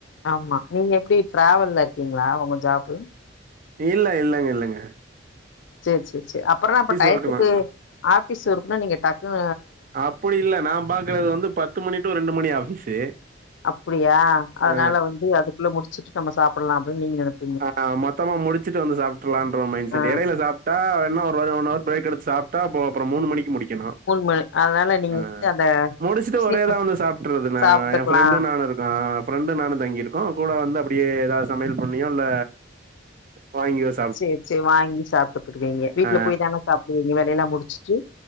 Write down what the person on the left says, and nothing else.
ஆமா நீங்க எப்டி டிராவல்ல இருக்கீங்களா உங்க ஜாப்பு
சேர் சேர் சேர் அப்பறன்னா அப்றொ டயத்துக்கு
ஆஃபீஸ் இருக்குன்னா நீங்க டக்னு
அப்புடியா அதுனால
வ குள்ள முடுச்சுட்டு நம்ம சாப்புட்லா அப்டின் நீங்க நெனப்
ஆ
மணி அதனால நீங்க
வந்து அந்த
சீக்கிர
சாப்ட்டுக்கலா
சேரி சேரி வாங்கி சாப்ட்டுகிருவீங்க வீட்ல
போய் தான சாப்டுவீங்க வேலைய லா முடுச்சுட்டு